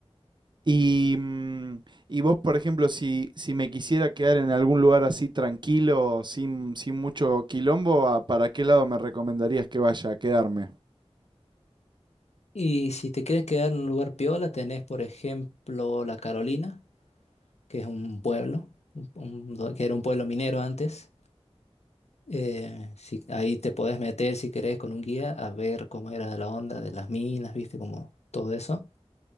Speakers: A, on the right; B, on the left.
A: Y, mm, y vos, por ejemplo, si, si me quisiera quedar en algún lugar así tranquilo, sin, sin mucho quilombo, ¿a- ¿para qué lado me recomendarías que vaya a quedarme?
B: Y si te quieres quedar en un lugar piola, tenés, por ejemplo, La Carolina, que es un pueblo, un- un- que era un pueblo minero antes Eh, si, ahí te podés meter si querés con un guía a ver cómo era la onda de las minas, viste, como todo eso.